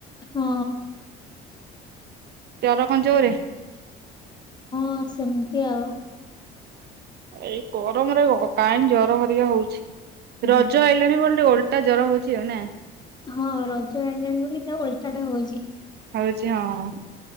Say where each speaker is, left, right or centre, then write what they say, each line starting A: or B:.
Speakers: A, on the left; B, on the right.
A: ହଁ।
B: ଜର କଣ ଜୋରରେ?
A: ହଁ, ସେମିତି ଆଉ।
B: ଏଇ ଗରମରେ କାହିଁ ଜର ହରିକା ହଉଛି?
A: ହୁଁ,
B: ରଜ ଆଇଲାଣି ବୋଲି ଓ ଓଲଟା ଜର ହଉଛି, ଆଉ ନା?
A: ହଁ, ରଜ ଆଇଲାଣି ବୋଲି, ତା ଓଲଟା ହଉଚି।
B: ହଉଛି ହଁ।